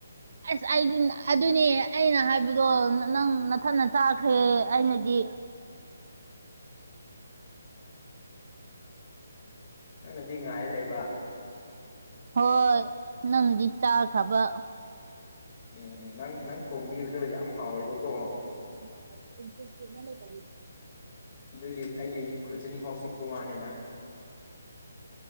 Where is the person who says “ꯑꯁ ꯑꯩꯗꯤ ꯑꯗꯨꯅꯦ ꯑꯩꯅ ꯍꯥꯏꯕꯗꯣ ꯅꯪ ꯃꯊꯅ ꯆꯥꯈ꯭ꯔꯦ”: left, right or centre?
Right